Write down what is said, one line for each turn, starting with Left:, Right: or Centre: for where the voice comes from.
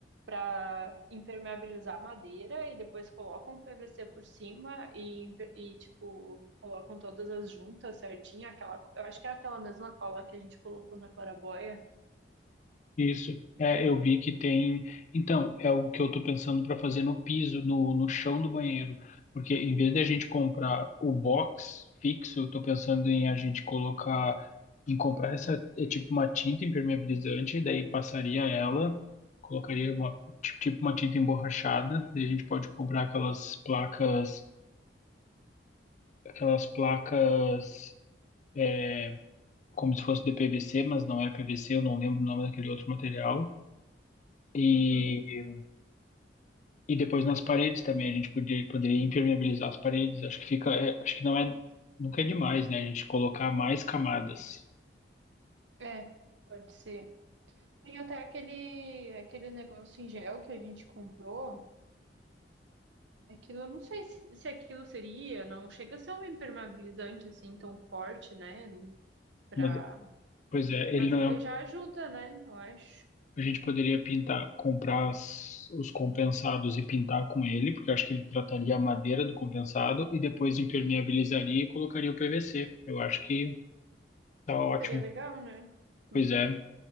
Right: para impermeabilizar a madeira e depois colocam o PVC por cima e, impe- e, tipo, colocam todas as juntas certinho. Aquela, eu acho que é aquela mesma cola que a gente colocou na claraboia.
Left: Isso, é, eu vi que tem. Então, é o que eu tô pensando para fazer no piso, no, no chão do banheiro. Porque em vez de a gente comprar o box fixo, eu tô pensando em a gente colocar, em comprar essa, é tipo uma tinta impermeabilizante, daí passaria ela, colocaria uma, ti- tipo uma tinta emborrachada, daí a gente pode comprar aquelas placas, aquelas placas é, como se fosse de PVC, mas não é PVC, eu não lembro o nome daquele outro material. e
Right: Uhum,
Left: E depois nas paredes também a gente podia, poderia impermeabilizar as paredes. Acho que fica, é, acho que não é, nunca é demais, né? A gente colocar mais camadas.
Right: é, pode ser. Tem até aquele, aquele negócio em gel que a gente comprou. Aquilo, eu não sei se, se aquilo seria, não chega a ser um impermeabilizante assim tão forte, né? Para
Left: Mas, pois é,
Right: Mas
Left: ele não
Right: ele
Left: é.
Right: já ajuda, né? Eu acho.
Left: A gente poderia pintar, comprar as- os compensados e pintar com ele, porque eu acho que ele trataria a madeira do compensado e depois impermeabilizaria e colocaria o PVC. Eu acho que tá ótimo.
Right: Seria legal, né? Hum,
Left: Pois é,